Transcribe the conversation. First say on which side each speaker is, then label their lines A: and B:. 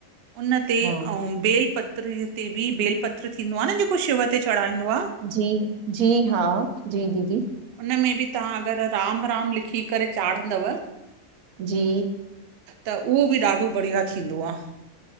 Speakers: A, on the right; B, on the right.
A: उन ते,
B: हा
A: अंउ बेल पत पत्र ते भी बेल-पत्र थींदो आ न जेको शिव ते चढ़ाईंदो आ?
B: जी, जी हा, जी दीदी।
A: उन में बि तव्हां अगरि राम-राम लिखी करे चाढ़ंदव
B: जी।
A: त उहो बि ॾाढो बढ़िया थींदो आ।